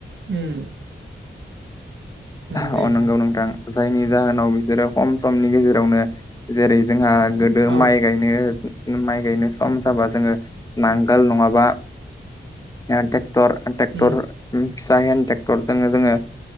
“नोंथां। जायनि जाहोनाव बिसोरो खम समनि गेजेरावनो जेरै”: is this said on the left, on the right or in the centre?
Left